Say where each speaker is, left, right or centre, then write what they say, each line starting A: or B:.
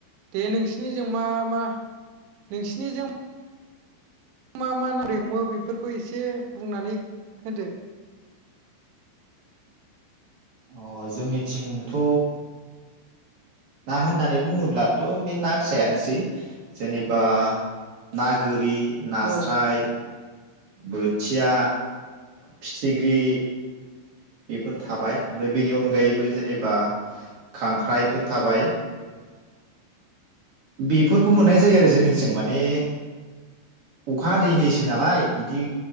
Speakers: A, on the right; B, on the right.
A: दे नोंसिनिजों मा मा नोंसिनिजों। मा मा नारै हमो बेफोरखौ एसे बुंनानै होदो।
B: अ जोंनिथिंथ' ना होननानै बुङोब्लाथ' बे ना फिसायानोसै जेनेबा ना गोरि। नास्राय।
A: औ
B: बोथिया फिथिख्रि बेफोर थाबाय ओमफ्राय बेनि अनगायैबो जेनेबा खांख्राइफोर थाबाय। बेफोर खौ मोननाय जायो आरो जोंनिथिं
A: उम
B: माने अखा हादैैनि दैसो नालाय बिदि